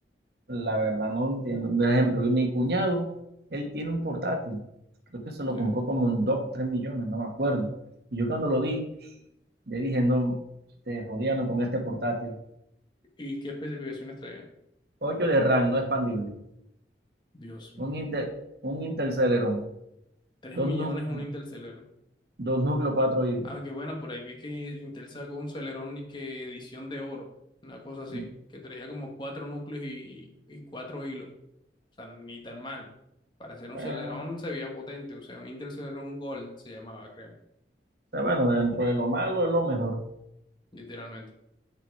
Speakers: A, on the right; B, on the left.
A: la verdad no entiendo. Por ejemplo, mi cuñado, él tiene un portátil. Creo que se lo
B: Sí.
A: compró como en 2 3 millones, no me acuerdo. Y yo cuando lo vi, le dije, no, te jodían con este portátil.
B: ¿Y qué especificaciones traían?
A: ocho de RAM, no expandible.
B: Dios mío.
A: Un Intel, un Intel Celeron.
B: tres
A: Dos,
B: millones
A: nu-
B: un Interceler.
A: dos núcleos, cuatro hilos.
B: Aunque bueno, por ahí vi que Intel sacó un Celerón y que edición de oro, una cosa así,
A: Mi-
B: que traía como cuatro núcleos y, y cuatro hilos. O sea, ni tan mal. Para hacer un
A: Bueno,
B: Celerón se veía potente, o sea, un Intel Celeron Gold se llamaba, creo,
A: está bueno, dentro de lo malo es lo mejor.
B: literalmente.